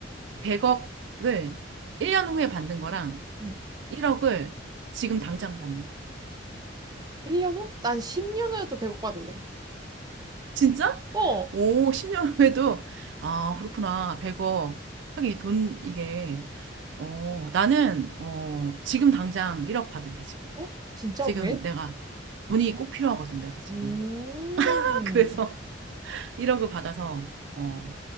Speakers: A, on the right (about 70°); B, on the right (about 20°).
A: 100억을 1년 후에 받는 거랑
B: 응.
A: 1억을 지금 당장 받는 거.
B: 1년 후? 난 10년 후에도 배고파질래.
A: 진짜?
B: 어,
A: 오, 10년 후에도, 아, 그렇구나. 100억. 하긴 돈, 이게, 어, 나는, 어, 지금 당장 1억 받을래, 지금.
B: 어? 진짜
A: 지금
B: 왜?
A: 내가 돈이 꼭 필요하거든, 내가 지금.
B: 음.
A: <laughs> 그래서 1억을 받아서, 어,